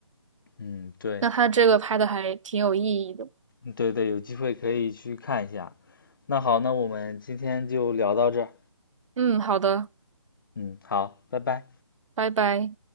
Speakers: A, on the left; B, on the right.
A: 嗯，对，
B: 那他这个拍的还挺有意义的。
A: 嗯对对，有机会可以去看一下。那好，那我们今天就聊到这儿。
B: 嗯，好的，
A: 嗯，好，拜拜。
B: 拜拜。